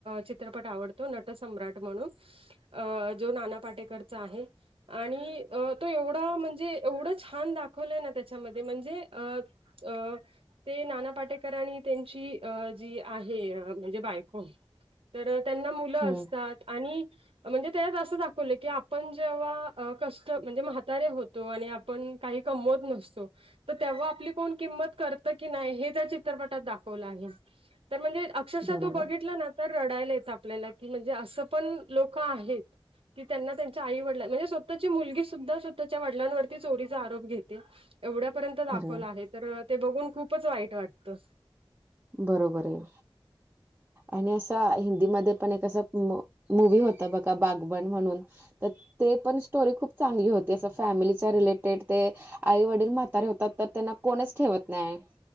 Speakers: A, on the right; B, on the right.
A: चित्रपट आवडतो नट सम्राट म्हणून अ जो नाना पाटेकरचा आहे आणि तो एवढा म्हणजे एवढं छान दाख दाखवलं ना त्याच्यामध्ये म्हणजे अ ते नाना पाटेकर आणि त्यांची जी आहे म्हणजे बायको तर त्यांना मुलं
B: हम्म
A: असतात आणि म्हणजे त्यात असं दाखवलं की आपण जेव्हा कष्ट म्हणजे म्हातारे होतो आणि पण काही कमवत नसतो तर तेव्हा आपली कोण किंमत करतं की नाही हे त्या चित्रपटात दाखवलं आहे तर म्हणजे अक्षरशः
B: बरोबर
A: तो बघितला ना तर रडायला येत आपल्याला की म्हणजे असं पण लोक आहेत कि त्यांना त्यांच्या आई वडिला म्हणजे स्वतःची मुलगी सुद्धा स्वतःच्या वडिलांवरती चोरीचा आरोप घेते एवढ्यापर्यंत दाखवलं
B: अरे
A: आहे तर ते बघून खूपच वाईट वाटतं
B: बरोबर आहे आणि असं हिंदीमध्ये पण एकं असं मूवी होत बघा बागवान म्हणून तर ते पण स्टोरी खूप चांगली होती असं फॅमिलीच्या रिलेटेड ते आई वडील म्हातारे होतात तर त्यांना कोणच ठेवत नाही